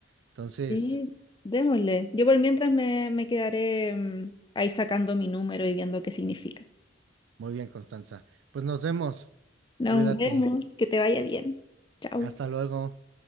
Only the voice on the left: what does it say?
Sí, démosle. Yo por mientras me, me quedaré mm, ahí sacando mi número y viendo qué significa.
Nos
vemos, que te vaya bien. Chao.